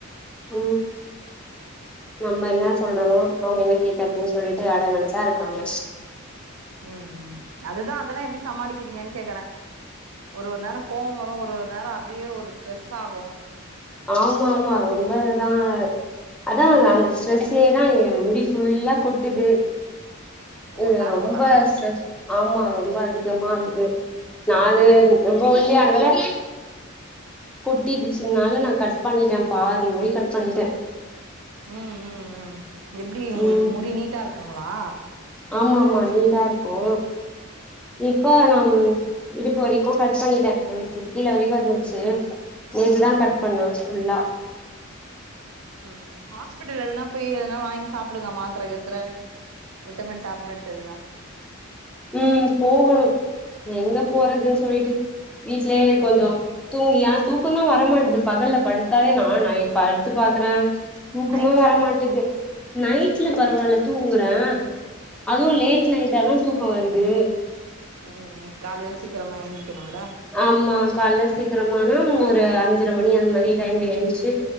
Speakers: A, in the centre; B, on the right.
A: ம் நம்ம என்ன சொல்றோ அவங்க என்ன கேக்குறதுன் சொல்லிட்டு அடமெண்டா இருக்காங்க
B: ம் ம் அததா அதெல்லா எப்டி சமாளிக்கிறீங்கன் கேக்குற ஒரு ஒரு நேர கோவவரு ஒரு ஒரு நேர அதே ஒரு ஸ்ட்ரெஸ் ஆகு
A: ஆமா ஆமா ரொம்பதா அதான் அந்த ஸ்ட்ரெஸ்லேதா முடி ஃபுல்லா கொட்டுது
B: ஓ
A: இல்ல
B: ஹேர்
A: ரொம்ப
B: ஃபால் ஆகுதா
A: ஸ்ட்ரஸ் ஆமா ரொம்ப அதிகமா ஆகுது நானு
B: ம் ம்
A: ரொம்ப ஒல்லியா ஆனதால கொட்டிடுச்சுனால நான் கட் பண்ணிட்டே பாதி முடி கட் பண்ணிட்டே
B: ம் ம் ம் ம் எப்டி உங்குளுக்கு
A: ம்
B: முடி நீட்டா இருக்குங்களா
A: ஆமா ஆமா நீட்டா இருக்கு இப்ப நாம் இடுப்பு வரிக் கு கட் பண்ணிட்டே அதுக்கு கீழ வரைகு இருந்துச்சு நேத்து
B: ஆ
A: தா கட் பண்ண ஃபுல்லா
B: உம் ம் ஹாஸ்பிட்டல் எதுனா போய் எதனா வாங்கி சாப்பிடுங்க மாத்திர கீத்தர விட்டமின் டாப்லெட் எதுனா
A: உம் போகணு எங்க போறதுன் சொல்லிட்டு வீடலயே
B: ம்
A: கொஞ்சோ
B: ம்
A: தூங்கி ஏ தூக்கம் தான் வரமாட்டேது பகல்ல படுத்தாலே நான் ஆயின் படுத்து பாக்குறேன் தூக்கமே
B: நைட்ல
A: வர மாட்டுது நைட்ல பரவாயில்ல தூங்குறே அதுவும் லேட் நைட் ஆ தான் தூக் வருது
B: உம் காலையில சீக்கிரமா எந்திக்கணும்ல
A: ஆமா கால்ல சீக்கிரமான ஒரு அஞ்சர மணியா அந் மாரி டைம்ல எழுச்சு